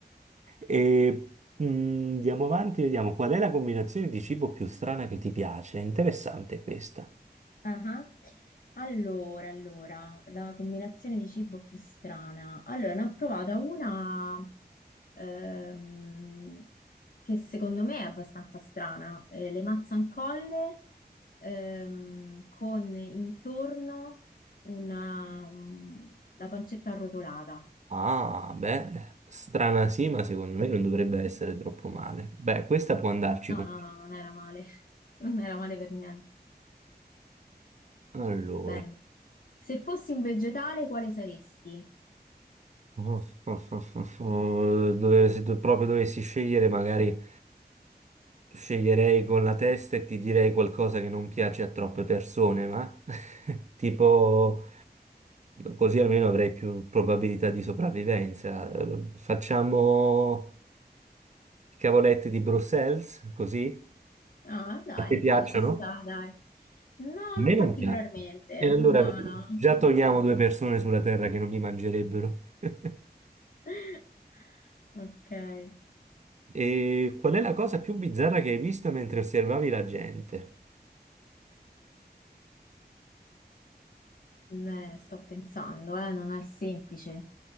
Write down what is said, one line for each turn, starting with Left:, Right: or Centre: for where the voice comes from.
Right: E mm, andiamo avanti, vediamo qual è la combinazione di cibo più strana che ti piace. È interessante questa.
Left: aha. Allora, allora, la combinazione di cibo più strana. Allora, ne ho provata una ehm, che secondo me è abbastanza strana. Eh, le mazzancolle ehm, con intorno una, un- la pancetta arrotolata.
Right: Ah, beh, strana sì, ma secondo me non dovrebbe essere troppo male. Beh, questa può andarci
Left: No,
Right: con...
Left: no, no, non era male. <laughs> Non era male per niente.
Right: Allora,
Left: Bene. Se fossi un vegetale, quale saresti?
Right: <laughs> dove, se do- proprio dovessi scegliere magari... Sceglierei con la testa e ti direi qualcosa che non piace a troppe persone, ma <laughs> tipo così almeno avrei più probabilità di sopravvivenza. Eh, Facciamo i cavoletti di Bruxelles, così?
Left: Ah, dai,
Right: A te piacciono?
Left: sì, ci sta, dai. No,
Right: A
Left: non
Right: me
Left: particolarmente.
Right: non piacciono. E allora
Left: No,
Right: vedi,
Left: no.
Right: già togliamo due persone sulla terra che non mi mangerebbero. <laughs>
Left: <laughs> Ok. Eh,
Right: E qual è la cosa più bizzarra che hai visto mentre osservavi la gente?
Left: beh, sto pensando, eh, non è semplice.